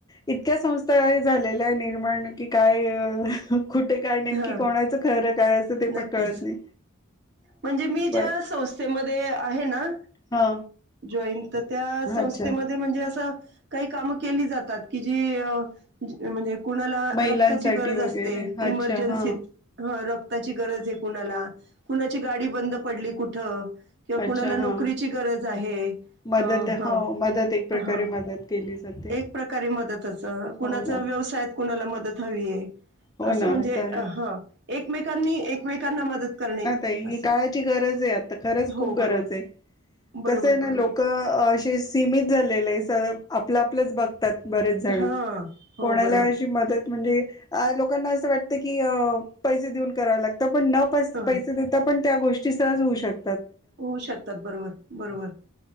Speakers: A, on the left; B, on the right.
A: इतक्या संस्था हे झालेल्या आहेत निर्माण की काय कुठे कायनेमकी
B: हा
A: कोणाचं खर काय आसं ते पण
B: नक्कीच.
A: कळत नाही.
B: म्हणजे मी ज्या
A: बर
B: संस्थेमध्ये आहे ना
A: हा
B: जॉईन तर त्या संस्थेमध्ये
A: अच्छा
B: म्हणजे आसं काही कामं केली जातात की जी म्हणजे कुणाला
A: महिलांसाठी
B: रक्ताची गरज
A: वगैरे
B: असते
A: अच्छा
B: इमर्जन्सीत
A: हा
B: हा रक्ताची गरज हे कुणाला <inaudible> कुणाची गाडी बंद पडली कुठं किंवा
A: अच्छा
B: कुणाला नोकरीची
A: हा
B: गरज आहे
A: मदत
B: अ हा
A: हो मदत एक प्रकारे
B: हा
A: मदत केली जाते
B: एक प्रकारे मदतच
A: हो
B: कुणाच
A: ना
B: व्यवसायात कुणाला मदत हवीये
A: हो
B: आसं
A: ना
B: म्हणजे
A: चालेल.
B: हा एकमेकांनी एकमेकांना मदत करणे.
A: हे
B: असं.
A: काळाची गरज हे आता खरचं
B: हो
A: खूप
B: बरोबर.
A: गरज हे
B: बरोबर
A: कसं हे ना
B: बरोबर
A: लोकं अशी सीमित झाले आहेत सगळं आपलं आपलआपलाच बघ तात बरेच जण
B: हा हो
A: कोणाला
B: बरोबर
A: अशी मदत म्हणजे अ लोकांना असं वाटतं की पैसे देऊन कराव लागत पण न
B: हा
A: पैसे देता पण त्या गोष्टी ष्टी सहज होऊ शक
B: होऊ शकतात बरोबर बरोबर